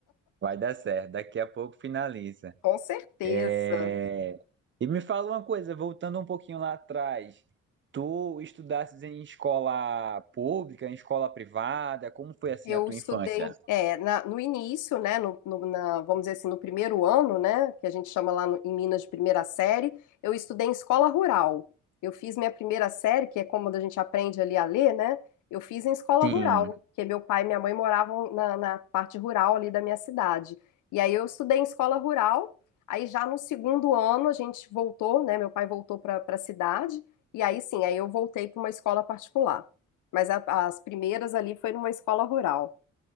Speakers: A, on the right; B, on the left.
A: Vai dar certo. Daqui a pouco finaliza.
B: Com certeza.
A: É, E me fala uma coisa, voltando um pouquinho lá atrás, tu estudastes em escola pública, em escola privada, como foi assim
B: Eu
A: a tua
B: estudei
A: infância?
B: é, na- no início, né, no, no- na- vamos dizer assim, no primeiro ano, né, que a gente chama lá no- em Minas de primeira série, eu estudei em escola rural. Eu fiz minha primeira série, que é como a gente aprende ali a ler, né? Eu fiz em escola
A: Sim,
B: rural, porque meu pai e minha mãe moravam na, na parte rural ali da minha cidade. E aí eu estudei em escola rural. Aí já no segundo ano a gente voltou, né? Meu pai voltou para a cidade. E aí sim, aí eu voltei para uma escola particular. Mas a- as primeiras ali foi numa escola rural.